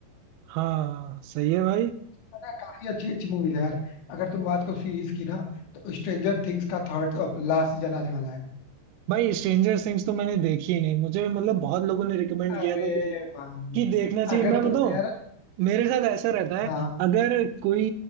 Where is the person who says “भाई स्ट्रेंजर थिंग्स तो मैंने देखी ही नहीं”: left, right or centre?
Right